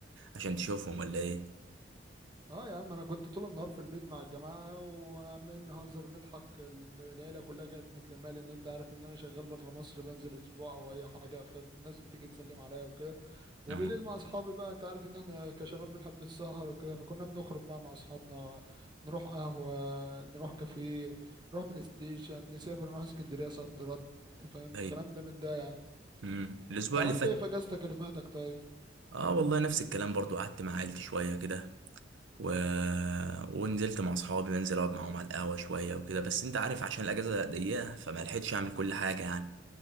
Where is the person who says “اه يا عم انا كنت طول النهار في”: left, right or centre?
Right